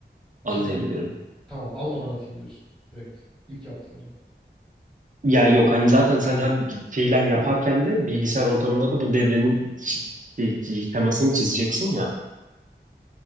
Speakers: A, on the right; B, in the centre.
A: anlayabilirim.
B: Çizimini. Tamam, almadan atayım diyorsun direkt. İlk yaptığımda.
A: Ya yok hani zaten sen hem fiilen yaparken de bilgisayar ortamında da bu devrenin ş- şey, şemasını çizeceksin ya.